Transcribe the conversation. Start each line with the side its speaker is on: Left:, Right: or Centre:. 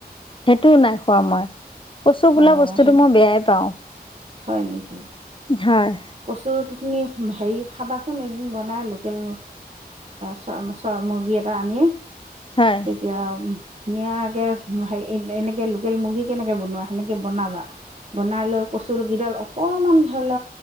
Left: সেইটোও নাই খোৱা মই। কচু বোলা
Right: অ
Left: বস্তুতটো
Right: সেইটো
Left: মই বেয়াই পাওঁ
Right: হয় নেকি
Left: হয়
Right: কচু খিনি হেৰি খাবাচোন এদিন বনাই লোকেল চ চ মুৰ্গী এটা আনিয়ে
Left: হয়
Right: তেতিয়া উ ধুনীয়াকে হ এনেকে লোকেল মুৰ্গী কেনেকে বনোৱা সেনেকে বনাবা বনাই লৈ কচ কেইডাল কমান ধৰি ল